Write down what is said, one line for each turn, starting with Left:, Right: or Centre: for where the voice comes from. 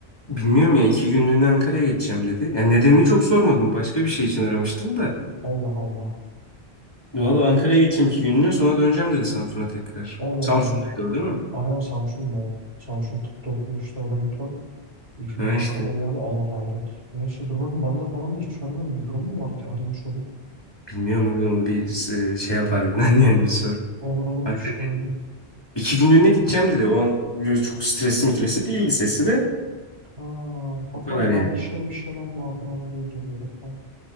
Left: Bilmiyorum ya iki günlüğüne Ankara'ya geçeceğim dedi. Yani nedenini çok sormadım. Başka bir şey için aramıştım da.
Right: Allah Allah. Allah
Left: Valla Ankara'ya geçeceğim iki günlüğüne sonra döneceğim dedi Samsun'a tekrar.
Right: Allah.
Left: Samsun'daydı
Right: Allah.
Left: o değil mi?
Right: Aynen Samsun'da. o. Samsun tıpta okuyor işte o da intern. İki gün
Left: Ha
Right: Ankara'ya
Left: işte.
Right: geldi. Allah hayret. Neyse dur bakayım bana da falan da hiç söylemedi. Bir durum mu var ki arayayım sorayım.
Left: Bilmiyorum aga, onu bir e, şey yapar birden <laughs> yani bir sor.
Right: Olur olur
Left: Ankara,
Right: bir söyleyeyim.
Left: iki günlüğüne gideceğim dedi. O an böyle çok stresli mitresi değildi sesi de.
Right: Ha, bakalım
Left: O kadar yani.
Right: belki şey bir şeyler vardır ona diye geliyordur falan.